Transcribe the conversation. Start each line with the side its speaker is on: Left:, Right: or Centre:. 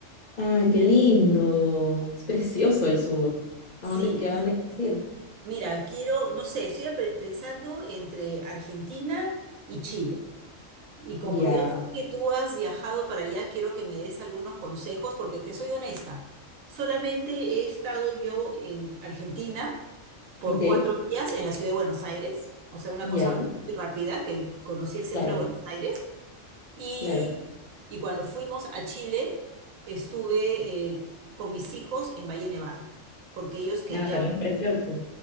Left: Ay, qué lindo. Es precioso el sur. ¿A
Right: Sí,
Left: dónde, qué- a dónde quieres ir?
Right: mira, quiero, no sé, estoy ape- pensando entre Argentina y Chile. Y como
Left: Ya,
Right: yo sé que tú has viajado para allá, quiero que me des algunos consejos, porque te soy honesta. Solamente he estado yo en Argentina por
Left: ok.
Right: cuatro días en la ciudad de Buenos Aires, o sea, una
Left: Ya,
Right: cosa muy rápida, que conocí el centro
Left: claro,
Right: de Buenos Aires. Y,
Left: claro.
Right: y cuando fuimos a Chile, estuve eh, con mis hijos en Valle Nevado, porque ellos querían,
Left: Ah, también es precioso.